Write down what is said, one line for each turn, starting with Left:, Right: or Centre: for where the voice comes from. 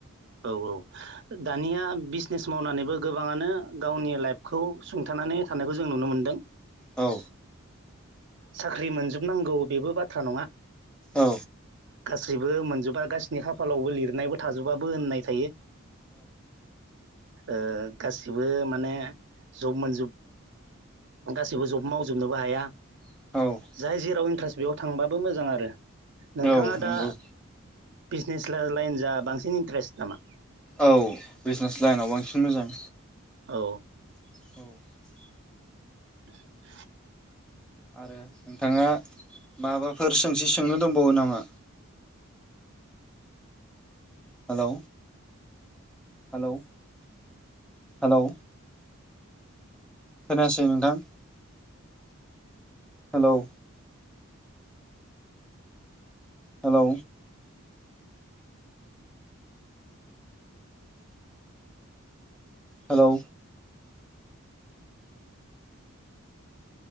Right: औ औ दानिया बिस बिजनेस मावनानैबो गोबाङानो गावनि लाइफखौ सुंथानानै थानायखौ जों नुनो मोनदों
Centre: औ
Right: साख्रि मोनजोबनांगौ बेबो बाथ्रा नङा
Centre: औ
Right: गासैबो मोनजोबा गाससिनि खाफालावबो लिरनायबो थाजोबाबो होननाय थायो ओ गासिबो माने जब मोनजोब गासैबो जब मावजोबनोबो हाया
Centre: औ
Right: जाय जेराव इन्ट्रेस्ट बेयाव थांबाबो मोजां आरो नोंथाङा
Centre: औ
Right: दा
Centre: नंगौ
Right: बिजनेस लाइन जा बांसिन इन्टारेस्ट नामा
Centre: औ बिजनेस लाइनाव बांसिन मोजां
Right: औ
Centre: <inaudible>
Right: <inaudible>
Centre: आरो नोंथाङा माबाफोर सोंसि सोंनो दंबावो नामा
Right: <inaudible>
Centre: हेलौ हेलौ हेलौ खोनायासै नोंथां हेलौ हेलौ हेलौ